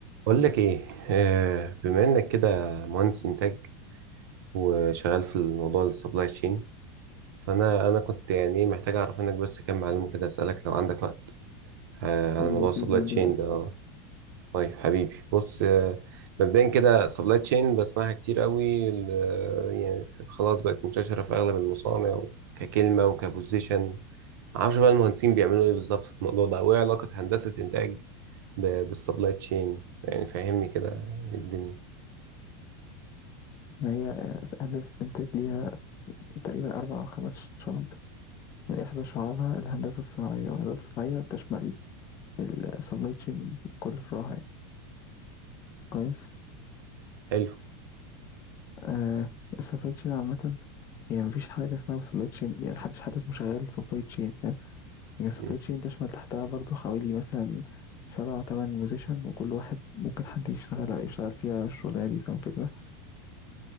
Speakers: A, on the right (about 70°); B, on the left (about 25°).
A: بقول لك ايه آه، بما انك كده مهندس انتاج وشغال في الموضوع السبلاي تشين فانا انا كنت يعني محتاج اعرف منك بس كام معلومه كده اسالك لو عندك وقت آه، على
B: قُل
A: موضوع
B: لي أكيد
A: السبلاي
B: أنا
A: تشين
B: دلوقتي،
A: ده آه، طيب حبيبي بص آه، مبدئيا كده سبلاي تشين بسمعها كتير قوي ال- يعني ف- خلاص بقت منتشره في اغلب المصانع ككلمه وكبوزيشن معرفش بقى المهندسين بيعملوا ايه بالظبط في الموضوع ده وايه علاقه هندسه انتاج ب- بالسبلاي تشين يعني فهمني كده إيه الدنيا
B: ما هي هندسة إنتاج ليها تقريبًا 4 أو 5 شُعَب، من إحدى شُعَبها الهندسة الصناعية، والهندسة الصناعية بتشمل الsupply chain بكل فروعها يعني كويس،
A: حلو
B: آآ الsupply chain عامةً هي ما فيش حاجة اسمها supply chain يعني ما حدش حد اسمه شغّال supply chain فاهم، يعني الsupply
A: مم.
B: chain تشمل تحتها برضه حوالي مثلًا 7 أو 8 position وكل واحد ممكن حد يشتغل يشتغل فيها الشُغلانة دي فاهم الفكرة؟